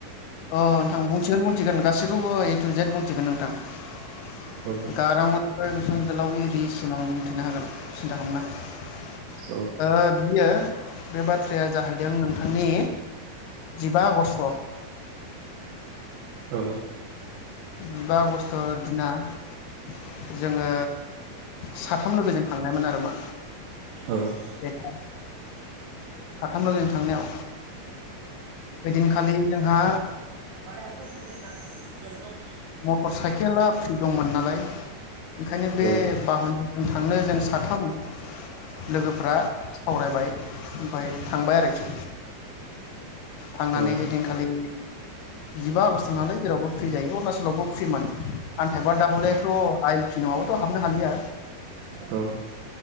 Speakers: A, on the left; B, on the right.
A: अ नोंथां बुंथिगोन बुंथिगोन गासैखौबो ए टु जेट बुंथिगोन नोंथां
B: औ
A: गारां अ निफ्राय गुसुं इ गोलाव इ रिसिम आं बुंथिनो हागोन सिन्था खालामा
B: औ
A: बियो बे बाथ्राया जाहैदों आंनि जिबा आगष्ट
B: औ
A: जिबा आगष्ट दिना <inaudible> जोङो साथाम लोगोजों थांनायमोन आरो मा
B: औ
A: <unintelligible> साथाम बाजिजों थांनायाव ओइदिनखालि जोंहा
B: <unintelligible>
A: मटर साइकेला फ्रि दंमोन नालाय ओंखायनो बे
B: औ
A: बाहानाजों थांनो जों साथाम लोगोफ्रा सावरायबाय ओफाय थांबाय आरोखि थांनानै
B: औ
A: हैदिनखालि जिबा आगस्ट नालाय जेरावबो फ्रि जायो अरनाचल आवबो फ्रिमोन आनथाइबा दा हले थ आइ न'आवबोथ' हाबनो हालिया
B: औ